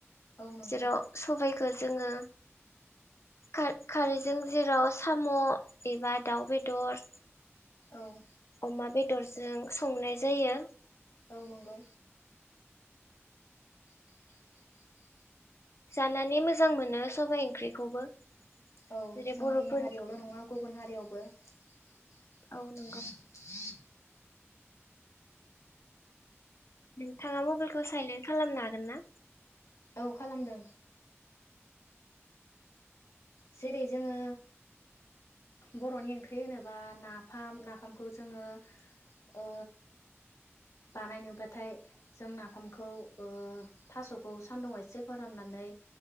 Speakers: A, on the left; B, on the left.
A: औ नंगौ
B: जेराव सबाइखो जोङो खार-खारैजों जेराव साम' एबा दाउ बेदर
A: औ।
B: अमा बेदरजों संनाय जायो।
A: औ नंगौ। <inaudible>
B: जानानै मोजां मोनो सबाइ ओंख्रिखौबो
A: औ
B: जेरै
A: जोंनि
B: बर'फोरनि
A: हारियावल' नङा गुबुन हारियावबो <inaudible>
B: औ नंगौ
A: <inaudible>
B: नोंथाङा मबेलखौ साइलेन्ट खालामनो हागोन ना?
A: औ खालामदों। जेरै जोङो बर'नि ओंख्रि होनोबा नाफाम नाफामखौ जोङो ओ बानायनोबाथाय जों नाफामखौ ओ थासखौ सान्दुुंआव एसे फोराननानै